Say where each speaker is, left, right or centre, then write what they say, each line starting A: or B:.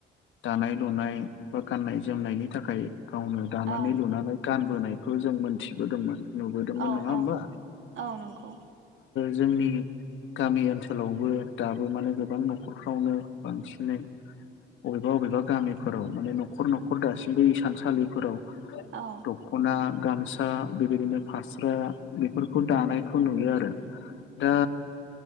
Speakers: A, on the left (about 75°); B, on the right (about 70°).
A: दानाय लुनाय बा गाननाय जोमनायनि थाखाय गावनो दानानै
B: औ
A: लुनानै गानबोनायखौ जों मोनथिबोदोंमोन नुबोदोंमोन
B: औ
A: नङा होमबा!
B: औ औ नंगौ
A: जोंनि गामि ओनसोलावबो दाबो माने गोबां न'खरफ्रावनो बांसिनै अबेबा बबेबा गामिफोराव माने न'खर न'खर दासिमबो इसानसालिफोराव
B: औ
A: दखना गामसा बेबायदिनो फास्रा बेफोरखौ दानायखौ नुयो आरो दा